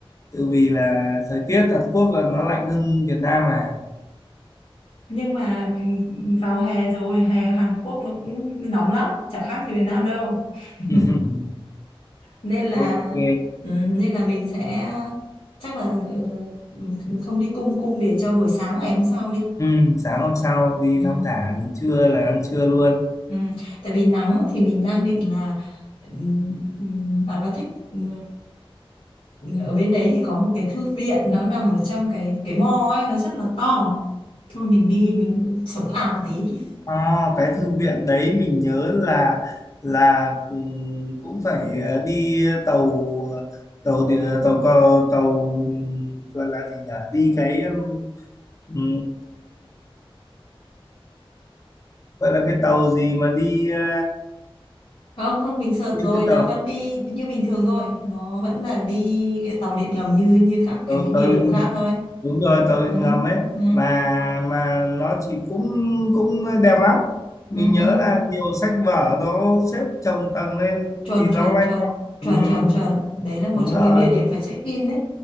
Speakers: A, on the left; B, on the left.
A: tự vì là thời tiết Hàn Quốc là nó lạnh hơn Việt Nam mà
B: nhưng mà vào hè rồi hè Hàn Quốc nó cũng nóng lắm chẳng khác gì Việt Nam đâu <laughs>
A: <laughs>
B: nên là
A: ok
B: ừm, nên là mình sẽ chắc là ừ, không đi cung cung để cho buổi sáng ngày hôm sau đi
A: ừ, sáng hôm sau đi
B: ừ.
A: thong thả đến trưa là ăn trưa luôn
B: Ừ. tại vì nắng thì mình đang định là ừm, bạn có thích ừ, ở bên đấy thì có một cái thư viện nó nằm ở trong cái cái mall ấy nó rất là to thôi mình đi mình sống ảo tí
A: À, cái thư viện đấy mình nhớ là là ừm, cũng phải ờ, đi tàu tàu địa- tàu cờ tàu ừm, gọi là gì nhỉ đi cái ừm, ờ, gọi là cái tàu gì mà đi ờ,
B: không không mình sợt
A: như
B: rồi
A: cái
B: nó
A: tàu
B: vẫn đi như bình thường thôi nó vẫn là đi cái tàu điện ngầm như như các cái
A: tàu
B: địa
A: tàu
B: điểm khác thôi
A: đúng rồi tàu điện
B: ừ
A: ngầm ấy
B: ừ
A: mà mà nó chỉ cũng cũng đẹp lắm mình
B: ừ
A: nhớ
B: ừ
A: là nhiều sách vở nó xếp chồng tầng lên
B: chuẩn
A: thì long
B: chuẩn
A: lanh
B: chuẩn
A: lắm.
B: chuẩn
A: Ừm,
B: chuẩn chuẩn đấy là một
A: đúng
B: trong
A: rồi
B: những địa điểm phải check in đấy